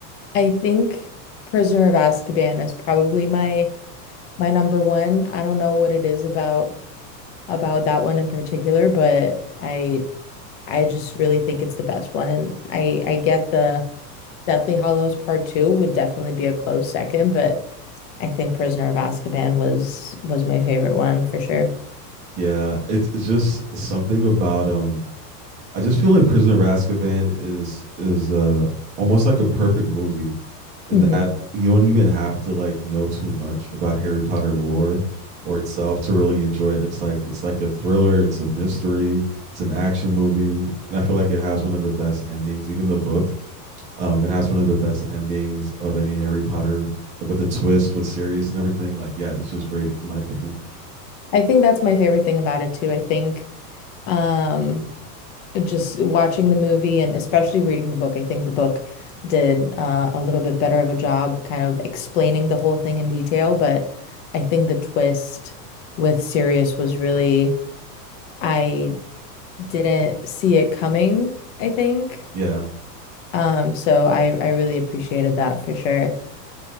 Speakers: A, on the left; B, on the right.
A: I think Prisoner of Azkaban is probably my my number one. I don't know what it is about about that one in particular, but I I just really think it's the best one. And I I get the Deathly Hallows Part Two would definitely be a close second, but I think Prisoner of Azkaban was was my favorite one for sure.
B: Yeah, it's it's just something about um I just feel like Prisoner of Azkaban is is uh almost like a perfect movie in
A: hmm
B: that you don't even have to like know too much about Harry Potter lore or itself to really enjoy it. It's like it's like a thriller, it's a mystery, it's an action movie, and I feel like it has one of the best endings. Even the book, um, it has one of the best endings of any Harry Potter with the twist with Sirius and everything. Like, yeah, it's just great in my opinion.
A: I think that's my favorite thing about it too. I think um, just watching the movie and especially reading the book, I think the book did uh, a little bit better of a job kind of explaining the whole thing in detail. But I think the twist with Sirius was really, I didn't see it coming, I think.
B: Yeah,
A: Um, so I, I really appreciated that for sure.